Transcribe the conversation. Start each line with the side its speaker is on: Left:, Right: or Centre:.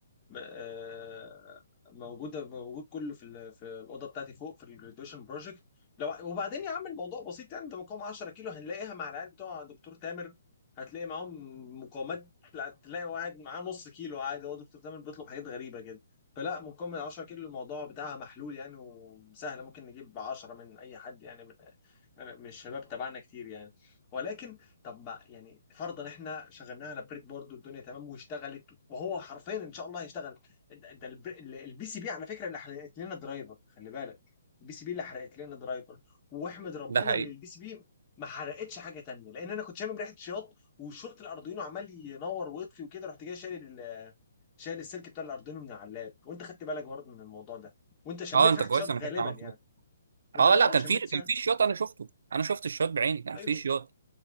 Left: م- آه، موجوده موجود كله في ال- في الاوضه بتاعتي فوق في الجراديويشن بروجكت لو وبعدين يا عم الموضوع بسيط يعني ده مقاومه 10 كيلو هنلاقيها مع العيال بتوع دكتور تامر هتلاقي معاهم مقاومات لا، تلاقي واحد معاه نص كيلو عادي هو دكتور تامر بيطلب حاجات غريبه كده فلا مقاومه 10 كيلو الموضوع بتاعها محلول يعني وسهله ممكن نجيب 10 من اي حد يعني من يعني من الشباب تبعنا كتير يعني ولكن طب ما يعني فرضا احنا شغلناها على بريد بورد والدنيا تمام واشتغلت وهو حرفيا ان شاء الله هيشتغل ده ده البر- ال- البي سي بي على فكره اللي حرقت لنا درايفر خلي بالك البي سي بي اللي حرقت لنا درايفر واحمد ربنا
Right: ده حقيقي
Left: اللي البي سي بي ما حرقتش حاجه تانية لان انا كنت شامم ريحه شياط وشورت الاردوينو عمال ينور ويطفي وكده رحت جاي شايل ال- شايل السلك بتاع الاردوينو من على اللاب وانت خدت بالك برضه من الموضوع ده وانت شميت
Right: اه انت
Left: ريحه
Right: كويس
Left: شياط
Right: انا
Left: غالبا
Right: كنت عملت
Left: يعني
Right: كده
Left: وانت
Right: اه
Left: غالبا
Right: لا كان
Left: شميت
Right: في كان
Left: شياط
Right: في شياط انا شفته انا شفت الشياط بعيني كان
Left: ايوه
Right: في شياط